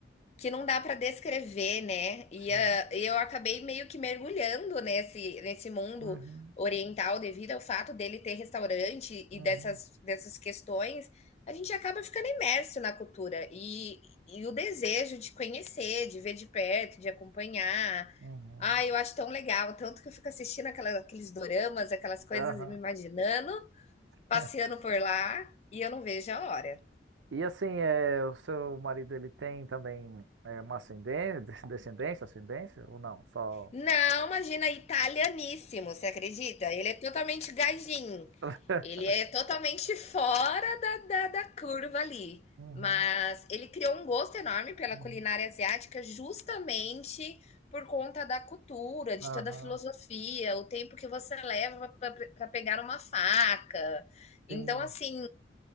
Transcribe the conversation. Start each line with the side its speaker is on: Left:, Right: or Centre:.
Left: que não dá para descrever, né? E,
Right: Sim.
Left: ah, eu acabei meio que mergulhando nesse, nesse mundo
Right: Uhum,
Left: oriental devido ao fato dele ter restaurante e
Right: uhum,
Left: dessas, dessas questões. A gente acaba ficando imerso na cultura e, e o desejo de conhecer, de ver de perto, de acompanhar.
Right: uhum.
Left: Ah, eu acho tão legal, tanto que eu fico assistindo aquela- aqueles doramas, aquelas coisas
Right: Aham.
Left: e me imaginando,
Right: <laughs>
Left: passeando por lá, e eu não vejo a hora.
Right: E assim, é, o seu marido ele tem também é, uma ascendência, des- descendência, ascendência ou não? Só.
Left: Não, imagina, italianíssimo, você acredita? Ele é totalmente gajinho.
Right: <laughs>
Left: Ele é totalmente fora da, da, da curva ali.
Right: Uhum,
Left: Mas ele criou um gosto enorme pela
Right: uhum.
Left: culinária asiática justamente por conta da cultura, de
Right: Aham,
Left: toda a filosofia, o tempo que você leva para pegar uma faca.
Right: Sim,
Left: Então, assim,